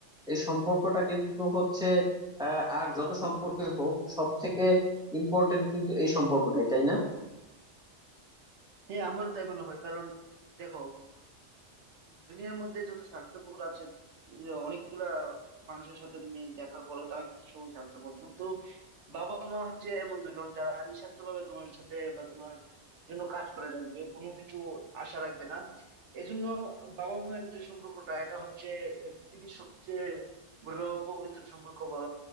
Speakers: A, in the centre; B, on the right.
A: এই সম্পর্কটা কিন্তু হচ্ছে আহ, আর যত সম্পর্কই হোক সব থেকে ইম্পর্টেন্ট কিন্তু এই সম্পর্কটাই তাই না
B: হ্যাঁ আমারও তাই মনে হয় কারণ দেখো দুনিয়ার মধ্যে যত স্বার্থপর আছে যে অনেকগুলা মানুষের সাথে তুমি দেখা করো তারা কিন্তু সবই স্বার্থপর কিন্তু বাবা মা হচ্ছে এমন দুজন যারা নিঃস্বার্থ ভাবে তোমার সাথে বা তোমার জন্য কাজ করে যাবে কোনো কিছু আশা রাখবে না এই জন্য বাবা মায়ের যে সম্পর্কটা এটা হচ্ছে এ, পৃথিবীর সবচেয়ে বড় পবিত্র সম্পর্ক বা